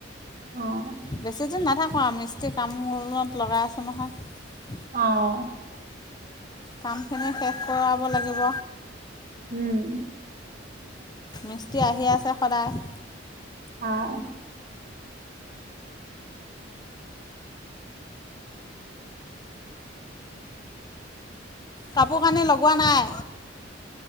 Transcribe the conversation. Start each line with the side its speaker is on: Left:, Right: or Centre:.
Right: অহ
Left: বেছি দিন নাথাকোঁ আৰু মিস্ত্ৰী কামত লগাই আছোঁ নহয়
Right: অ
Left: কামখিনি শেষ কৰাব লাগিব
Right: উম
Left: মিস্ত্ৰী আহি আছে সদায়
Right: অহ
Left: কাপোৰ কানি লগোৱা নাই?